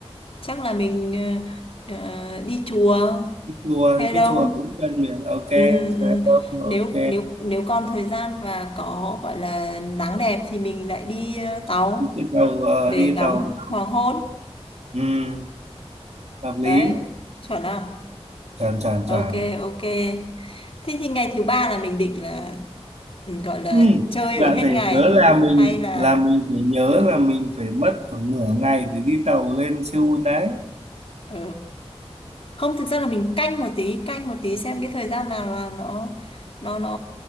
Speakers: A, on the left; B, on the right.
A: chắc là mình ờ, ờ, đi chùa
B: Cái chùa
A: hay
B: cái
A: đâu.
B: chùa cũng gần biển ok,
A: Ừ, ừ.
B: chùa không ok.
A: Nếu nếu nếu còn thời gian và có gọi là nắng đẹp thì mình lại đi ờ, tàu
B: Đi cái tàu ờ,
A: để
B: đi
A: ngắm
B: tàu
A: hoàng hôn.
B: ừ. hợp lý.
A: Đấy, chuẩn không?
B: Tròn tròn
A: Ok,
B: tròn.
A: ok. Thế thì ngày thứ ba là mình định là ừ, gọi là
B: Ừ.
A: chơi
B: Bạn
A: ở hết
B: phải
A: ngày
B: nhớ là mình
A: hay là
B: là mình phải nhớ là mình phải mất khoảng nửa ngày để đi tàu lên Seoul đấy.
A: ừ, không thực ra là mình canh một tí canh một tí xem cái thời gian nào là nó nó nó